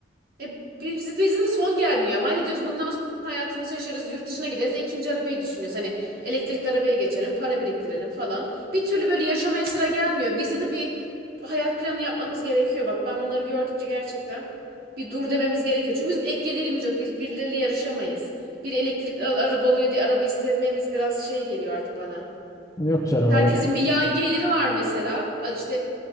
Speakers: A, on the right (about 50°); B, on the left (about 20°).
A: E, biz, bizim de son gelmiyor ama hadi diyoruz bundan sonra hayatımızı yaşarız yurt dışına gideriz E, ikinci arabayı düşünüyoruz hani elektrikli arabaya geçelim para biriktirelim falan bir türlü böyle yaşamaya sıra gelmiyor bizde de bir hayat planı yapmamız gerekiyor bak ben bunları gördükçe gerçekten bir dur dememiz gerekiyor çünkü bizim ek gelirimiz yok biz birileriyle yarışamayız bir elektrikli araba oluyor diye araba istememiz biraz şey geliyor artık bana
B: Yok canım.
A: Herkesin
B: ö-
A: bir yan geliri var mesela. İşte